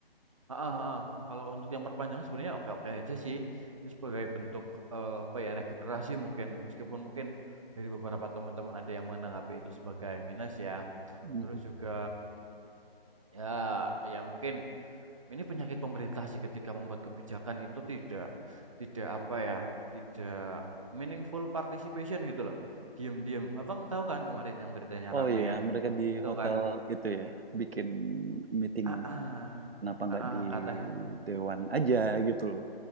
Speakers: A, on the right; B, on the right.
A: ah heeh. Kalau untuk yang perpanjangan sebenarnya oke-oke aja sih. Itu sebagai bentuk eh, apa ya regenerasi mungkin meskipun mungkin dari beberapa teman-teman ada yang menanggapi itu sebagai minus ya.
B: Mhm.
A: Terus juga ya ya mungkin ini penyakit pemerintah sih ketika membuat kebijakan itu tidak tidak apa ya, tidak meaningful participation gitu loh. Diam-diam. Abang tahu kan kemarin yang beritanya
B: Oh
A: rame
B: iya,
A: yang
B: mereka di
A: itu
B: hotel
A: kan.
B: itu ya, bikin meetingnya.
A: Ah, ah,
B: Kenapa nggak
A: ah, ah,
B: di
A: kata
B: Dewan aja gitu loh?